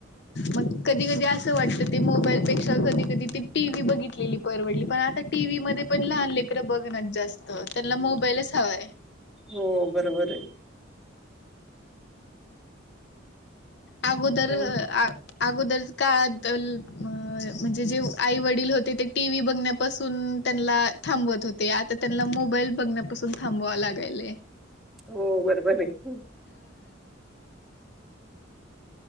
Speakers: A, on the left (about 60°); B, in the centre.
A: मग कधी कधी अस वाटत ते मोबाईल पेक्षा कधी कधी ती टी व्ही बघितलेली परवडली पण आता टीव्ही मध्ये पण लहान लेकरं बघण जास्त त्यांना मोबाईलच हवाय
B: हो बरोबर आहे
A: अगोदर
B: आता-
A: अगोदर काळात म्हणजे जे आई वडील होते ते टी व्ही बघण्यापासून त्यांना थांबत होते आता त्यांना मोबाईल बघण्यापासून थांबवावेत लागालय
B: हो बरोबरय